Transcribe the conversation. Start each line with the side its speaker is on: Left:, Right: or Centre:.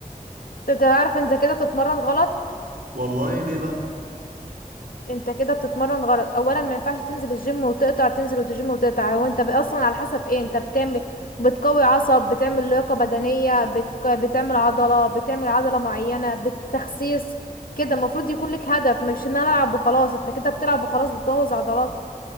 Left: انت تعرف انت كده بتتمرن غلط
Right: والله ليه بقى؟
Left: انت كده بتتمرن غلط اولا ما ينفعش تنزل الجيم وتقطع تنزل وتجيم وتقطع هو انت ب- اصلا على حسب ايه انت بتعمل بتقوي عصب بتعمل لياقة بدنية بتك... بتعمل عضلة بتعمل عضلة معينة بتخسيس كده المفروض يكون لك هدف مش ان انا العب وخلاص انت كده بتلعب وخلاص بتبوظ عضلاتك